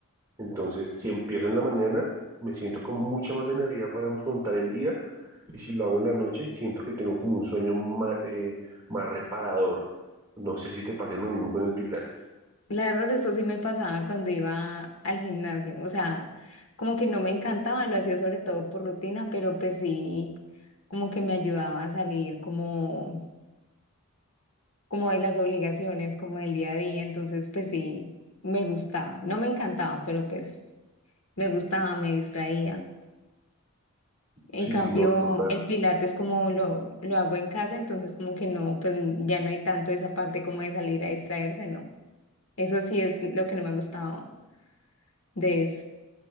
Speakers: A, on the right; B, on the left.
A: Entonces, si empiezo en la mañana, me siento con mucha más energía para afrontar el día y si lo hago en la noche, siento que tengo como un sueño ma- eh, más, reparador. No sé si te pase lo mismo con el pilates.
B: La verdad, eso sí me pasaba cuando iba al gimnasio, o sea, como que no me encantaba, lo hacía sobre todo por rutina, pero pues sí, como que me ayudaba a salir como, como de las obligaciones, como del día a día, entonces pues sí, me gustaba, no me encantaba, pero pues me gustaba, me distraía. En
A: Sí,
B: cambio,
A: sí, no, total.
B: el pilates como lo, lo hago en casa, entonces como que no, pues ya no hay tanto esa parte como de salir a distraerse, ¿no? Eso sí es lo que no me ha gustado de eso.